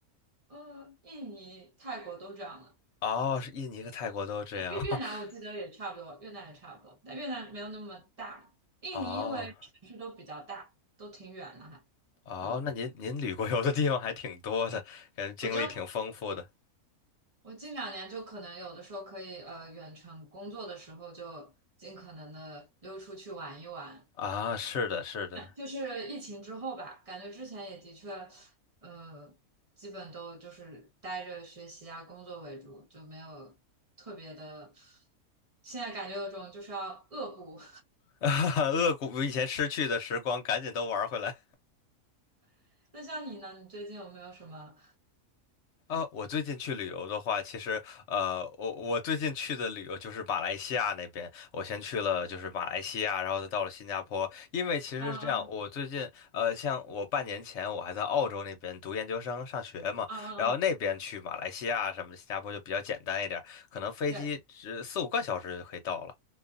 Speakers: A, on the right; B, on the left.
A: <laughs> 嗯，印尼、泰国都这样了。
B: 哦，是印尼和泰国都这样。
A: 呃越越南我记得也差不多，
B: <laughs>
A: 越南也差不多，但越南没有那么大。印尼因为城市都比较大，
B: 哦
A: 都挺远的还。
B: 哦，
A: 嗯，
B: 那您您旅过游的地方还挺多的，感觉经历挺丰富的
A: 我就我近两年就可能有的时候可以呃远程工作的时候就尽可能的溜出去玩一玩，
B: 啊！是的，是的，
A: 就是疫情之后吧，感觉之前也的确，呃，基本都就是待着学习啊、工作为主，就没有特别的。现在感觉有种就是要恶补。
B: <laughs> 哈哈，扼骨以前失去的时光，赶紧都玩回来。
A: <laughs> 那像你呢？你最近有没有什么？
B: 啊，我最近去旅游的话，其实呃，我我最近去的旅游就是马来西亚那边。我先去了就是马来西亚，然后再到了新加坡。因为其实是这样，
A: 啊啊
B: 我最近呃，像我半年前我还在澳洲那边读研究生上学嘛，
A: 啊啊啊！
B: 然后那边去马来西亚什么的，新加坡就比较简单一点儿可能飞机只四五个小时就可以到了。
A: 对，